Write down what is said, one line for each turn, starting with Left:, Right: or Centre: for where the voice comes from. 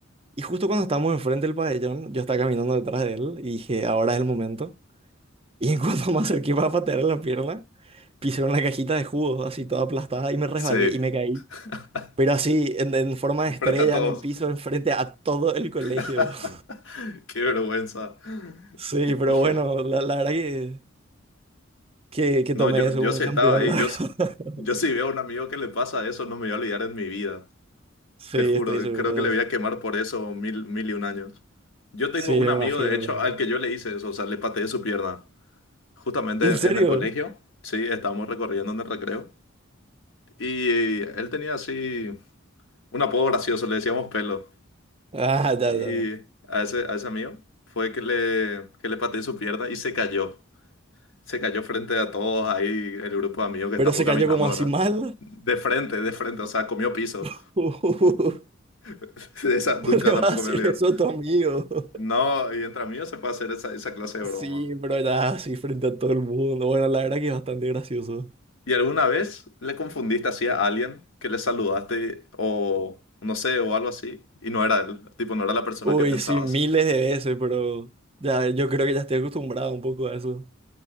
Right: Y justo cuando estábamos enfrente del pabellón, yo estaba caminando detrás de él y dije, ahora es el momento. Y en cuando me <laughs> acerqué para patear la pierna, pisé una cajita de jugos así toda aplastada y me resbalé
Left: Sí.
Right: y me caí.
Left: <laughs>
Right: Pero así, en, en forma de estrella
Left: Frente a todos.
Right: en el piso, enfrente a todo el colegio.
Left: <laughs>
Right: <laughs>
Left: Qué vergüenza.
Right: Sí, pero
Left: Hija.
Right: bueno, la, la verdad que, que, que
Left: No,
Right: tomé
Left: yo,
Right: eso
Left: yo
Right: como
Left: sí
Right: un campeón,
Left: estaba ahí.
Right: la
Left: Yo,
Right: verdad.
Left: s-
Right: <laughs>
Left: yo sí veo a un amigo que le pasa eso, no me voy a olvidar en mi vida.
Right: Sí,
Left: Te juro,
Right: estoy seguro
Left: creo que
Right: de
Left: le
Right: eso.
Left: voy a quemar por eso mil, mil y un años. Yo tengo
Right: Sí,
Left: un
Right: me
Left: amigo,
Right: imagino,
Left: de hecho,
Right: la verdad.
Left: al que yo le hice eso, o sea, le pateé su pierna. Justamente
Right: ¿En serio?
Left: en el colegio, sí, estábamos recorriendo en el recreo. Y él tenía así un apodo gracioso, le decíamos pelo.
Right: Ah,
Left: Y
Right: ya, ya, ya.
Left: a ese, a ese amigo fue que le, que le pateé su pierna y se cayó. Se cayó frente a todos ahí, el grupo de amigos que estamos
Right: Pero se
Left: caminando,
Right: cayó como así
Left: ¿verdad?
Right: mal.
Left: De frente, de frente, o sea, comió piso.
Right: <laughs> ¿Cómo
Left: <laughs> De esa nunca
Right: le
Left: tampoco
Right: vas a hacer
Left: me olvidé.
Right: eso a tu amigo? <laughs>
Left: No, y entre amigos se puede hacer esa, esa clase de
Right: Sí,
Left: broma.
Right: pero ya, así frente a todo el mundo. Bueno, la verdad que es bastante gracioso.
Left: ¿Y alguna vez le confundiste así a alguien que le saludaste o no sé, o algo así? Y no era él, tipo, no era la persona
Right: Uy,
Left: que pensabas.
Right: sí, miles de veces, pero ya yo creo que ya estoy acostumbrado un poco a eso.